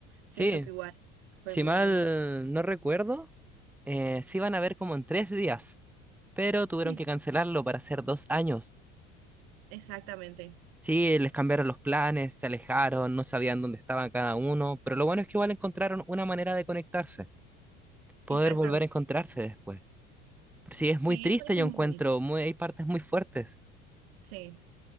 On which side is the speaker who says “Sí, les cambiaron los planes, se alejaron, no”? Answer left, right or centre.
Centre